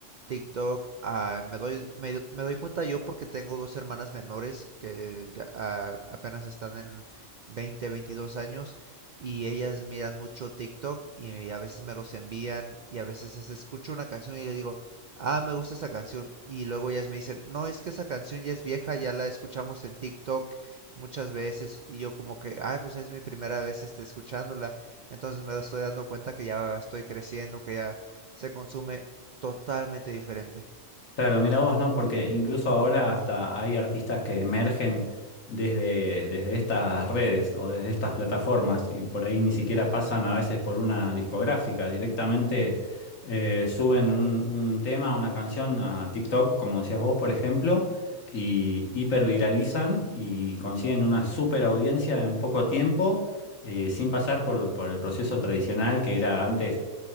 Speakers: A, on the right; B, on the left.
A: TikTok, ah, me doy, me, me doy cuenta yo porque tengo dos hermanas menores que ya, ah, apenas están en 20, 22 años y ellas miran mucho TikTok y a veces me los envían y a veces es- escucho una canción y le digo, ah, me gusta esa canción y luego ellas me dicen, no, es que esa canción ya es vieja, ya la escuchamos en TikTok muchas veces y yo como que, ah, pues es mi primera vez este, escuchándola entonces me estoy dando cuenta que ya estoy creciendo, que ya se consume totalmente diferente.
B: Claro, mira vos, ¿no? Porque incluso ahora hasta hay artistas que emergen desde, desde estas redes o desde estas plataformas y por ahí ni siquiera
A: <laughs>
B: pasan a veces por una discográfica, directamente eh, suben un, un tema, una canción a TikTok, como decías vos, por ejemplo, y hiperviralizan y consiguen una super audiencia en poco tiempo, eh, sin pasar por, por el proceso tradicional que era antes